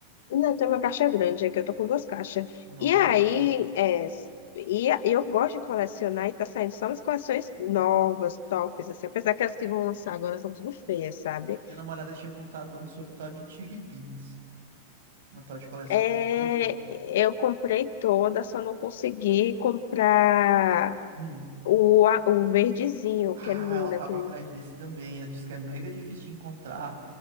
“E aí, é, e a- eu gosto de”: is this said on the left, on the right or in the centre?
Left